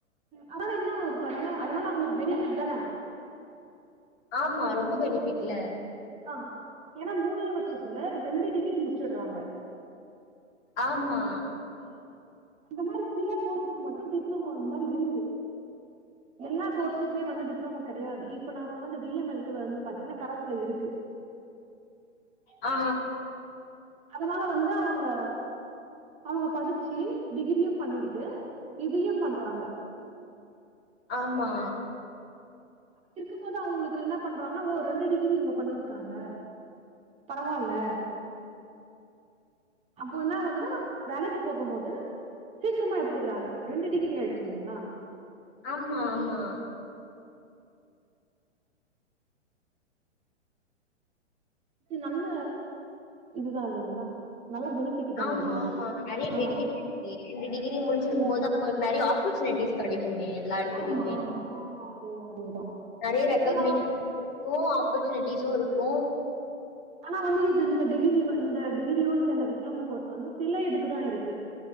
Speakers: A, on the right; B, on the left.
A: அதனால என்ன ஆவுது பாருங்க அதனால அவுங்களுக்கு பெனிபிட் தான
B: ஆமா ரொம்ப பெனிபிட்ல
A: ஆ ஏனா மூணே வருஷத்துல ரெண்டு டிகிரி முடிச்சறாங்க
B: ஆமா
A: ஆ அந்த மாரி சில கோர்ஸுக்கு மட்டும் டிப்ளமோ அந்த மாரி இருக்கு எல்லா கோர்ஸுக்குமே வந்து டிப்ளோமோ கிடையாது இப்ப நா சொன்னது டி எம் எல் டி வந்து பாத்தீங்கன்னா கரஸ்ல இருக்கு
B: ஆ
A: அதனால வந்து அவுங்க அவுங்க படிச்சி டிகிரியும் பண்ணிக்கிட்டு இதையும் பண்றாங்க
B: ஆமா
A: இருக்கும்போதா அவுங்களுக்கு என்ன பண்றாங்கன்னா ஓ ரெண்டு டிகிரி இவுங்க பண்ணிருக்காங்க பரவாயில்ல அப்போ என்னா ஆவுதுன்னா வேலைக்கு போகமோது சீக்கிரமா எடுத்துக்கிறாங்க ரெண்டு டிகிரி ஆயிடுச்சி இல்லைங்களா
B: ஆமா ஆமா
A: இது நல்ல இதுதான் இல்லைங்களா நல்ல பெனிஃபிட் தானே
B: ஆமா
A: இது
B: ஆமா நறையா
A: ஆ
B: பெனிபிட் <inaudible> ரெண்டு டிகிரிய முடிச்சிருக்கும்
A: ம்
B: போது அவுங்களுக்கு நறையா ஆப்பர்ச்சுனிட்டிஸ் கடைக்குமே எல்லா இடத்துலயுமே
A: ஆமா ஆமா ஆ அதேதா அதேதா
B: நறையா ரெகக்ணேஷன்
A: இப்ப நா
B: கடைக்கும் ஆப்பர்ச்சுனிட்டிஸும் இருக்கும்
A: ஆனா வந்து இது இந்த டிகிரி இந்த டிகிரியோட சேந்த டிப்ளோமோ கோர்ஸ் வந்து சில இதுக்குதான் இருக்கு